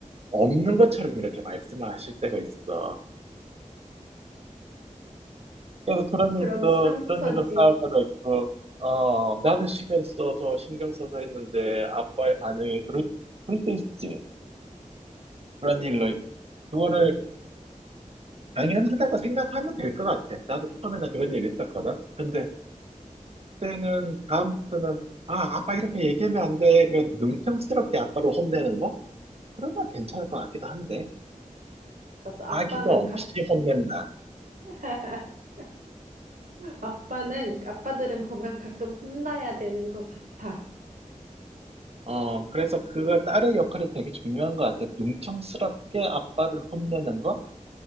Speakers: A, on the right (about 50°); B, on the right (about 75°).
A: 없는 것처럼 이렇게 말씀하실 때가 있어. 그래서 그런 일도,
B: 그럼 상처지.
A: 그런 일로 싸울 때도 있고, 어, 나는 시간 써서 신경 써서 했는데, 아빠의 반응이 그럴, 그럴 때 있지. 그런 일로, 그거를 당연하다고 생각하면 될 것 같아. 나도 처음에는 그런 일이 있었거든. 근데 그때는 다음부터는 아, 아빠 이렇게 얘기하면 안 돼. 그래도 능청스럽게 아빠를 혼내는 거? 그러면 괜찮을 것 같기도 한데.
B: 맞아,
A: 아기가
B: 아빠는
A: 없이
B: 각,
A: 혼낸다.
B: <laughs> 아빠는, 아빠들은 보면 가끔 혼나야 되는 것 같아.
A: 어, 그래서 그거 딸의 역할이 되게 중요한 것 같아. 능청스럽게 아빠를 혼내는 거?